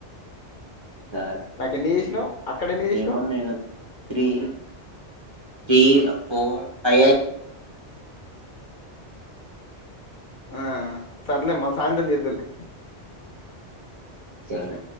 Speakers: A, on the right (about 25°); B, on the left (about 55°).
A: సరే
B: నాకు ఎన్ని చేసినవు అక్కడ ఎన్ని చేసినావ్
A: ఏమో నేను త్రీ త్రీ ఫోర్ ఫైవ్
B: ఆ సర్లే మల్ల సాయంత్రం చేదులే
A: సరే